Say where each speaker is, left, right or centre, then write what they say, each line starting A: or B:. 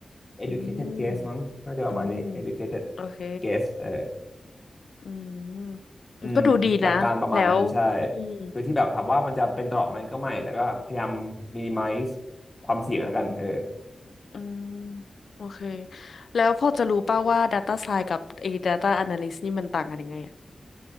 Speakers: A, on the left (about 25°); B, on the left (about 70°).
A: educated
B: อืม
A: guess มั้งน่าจะประมาณนี้
B: อืม
A: educated
B: โอเค
A: guess เออ
B: อืม
A: อืมหลักการประมาณนั้นใช่
B: มันก็ดูดีนะแล้วอืม
A: คือที่แบบถามว่ามันจะเป็นตลอดไหมก็ไม่ แต่ก็พยายาม minimize ความเสี่ยงแล้วกันเออ
B: อืมโอเคแล้วพอจะรู้ป่าวว่า Data Science กับไอ้ Data Analyst นี่มันต่างกันยังไงอะ